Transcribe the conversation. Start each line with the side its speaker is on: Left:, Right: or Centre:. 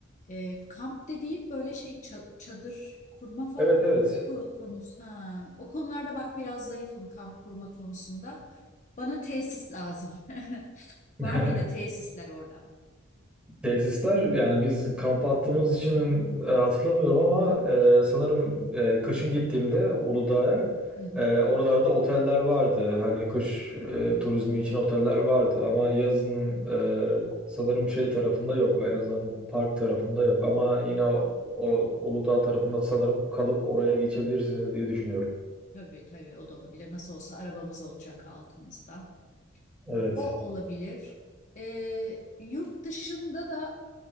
Left: Ee, kamp dediğin böyle şey ça- çadır kurma falan
Centre: Evet evet.
Left: ko- konusu. Ha, o konularda bak biraz zayıfım kamp kurma konusunda. Bana tesis lazım. <laughs>
Centre: <laughs>
Left: Var mıydı tesisler orada?
Centre: Tesisler yani biz kamp attığımız için e, hatırlamıyorum ama e, sanırım e, kışın gittiğimde Uludağ'a
Left: Hı hı.
Centre: e, oralarda oteller vardı. Hani kış e, turizmi için oteller vardı ama yazın e, sanırım şey tarafında yok. En azından park tarafında yok ama yine o, o Uludağ tarafında sanırım kalıp oraya geçebilirsiniz diye düşünüyorum.
Left: Tabii tabii o da olabilir. Nasıl olsa arabamız olacak altımızda.
Centre: Evet.
Left: O olabilir. Ee, yurt dışında da